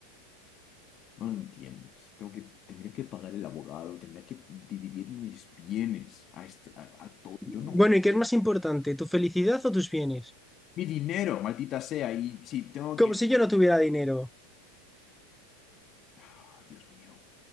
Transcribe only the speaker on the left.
No lo entiendes. Tengo que, tendría que pagar el abogado, tendría que dividir mis bienes a, est- a, a todo.
Yo no
quiero
mi dinero, maldita sea. Y si tengo
que...
ah, Dios mío.